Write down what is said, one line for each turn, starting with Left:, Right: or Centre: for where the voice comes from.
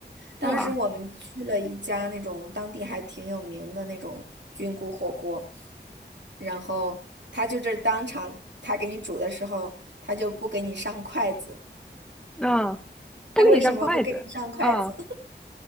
Right: 当时我们去了一家那种当地还挺有名的那种菌菇火锅，
Centre: 哇，
Right: 然后他就这当场他给你煮的时候，他就不给你上筷子。
Centre: 啊、不给你上筷子啊、
Right: 他为什么不给你上筷子？
Centre: 哦
Right: <laughs>